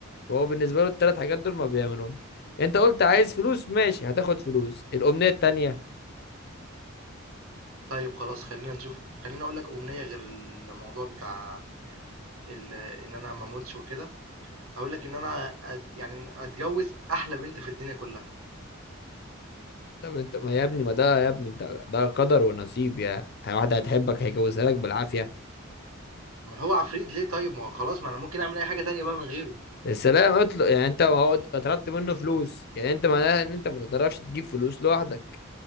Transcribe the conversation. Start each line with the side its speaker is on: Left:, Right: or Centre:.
Left: هو بالنسبة له التلات حاجات دول ما بيعملهمش انت قلت عايز فلوس ماشي هتاخد فلوس الأمنية التانية
Right: طيب خلاص خلّينا نشوف خلّيني أقول لك أمنية غير الموضوع بتاع ال إن أنا ما أموتش وكده، هاقول لك إن أنا أت يعني أتجوّز أحلى بنت في الدنيا كلّها،
Left: طب انت ما يا ابني ما ده يا ابني انت ده قدر ونصيب يا واحدة هتحبك هيجوزها لك بالعافية
Right: أمّال هو عفريت ليه طيب؟ ما هو خلاص ما أنا ممكن أعمل أي حاجة تانية بقى من غيره،
Left: السلام اطلق يعني انت هو طلبت منه فلوس يعني انت معناها ان انت ما تقدرش تجيب فلوس لوحدك